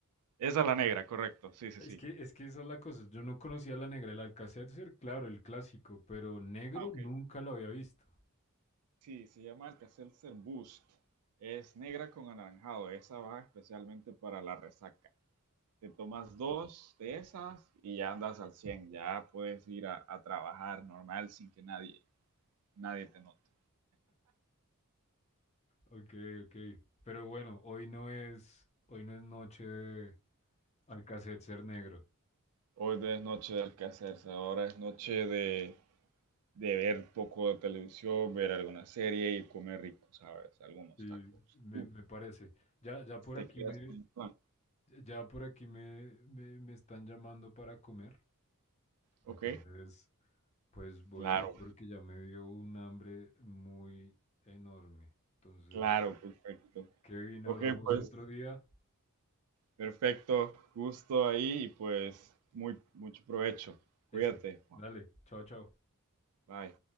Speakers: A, on the right (about 85°); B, on the left (about 30°).
A: esa es la negra, correcto, sí, sí,
B: Es
A: sí.
B: que, es que esa es la cosa. Yo no conocía la negra, el Alcácer, claro, el clásico, pero negro
A: Ah, ok.
B: nunca lo había visto.
A: Sí, se llama Alka-Seltzer Boost. Es negra con anaranjado. Esa va especialmente para la resaca. te tomas dos de esas y ya andas al 100 ya puedes ir a, a trabajar normal sin que nadie, nadie te note.
B: Ok, ok. Pero bueno, hoy no es, hoy no es noche de Alcacetcer negro.
A: Hoy no es noche de alcacerse, ahora es noche de, de ver poco de televisión, ver alguna serie y comer rico, ¿sabes? Algunos
B: Sí,
A: tacos. Si
B: me,
A: tú
B: me parece. Ya, ya por
A: te
B: aquí
A: quedas
B: me,
A: con el plan,
B: ya por aquí me, me, me están llamando para comer.
A: ¿ok?
B: Entonces, pues voy
A: Claro,
B: a ir porque ya me dio un hambre muy enorme. Entonces,
A: claro, perfecto.
B: Kevin,
A: Ok,
B: hablamos
A: pues
B: otro día.
A: perfecto, gusto ahí y pues muy, mucho provecho.
B: Eso,
A: Cuídate, Juan.
B: dale, chao, chao.
A: Bye.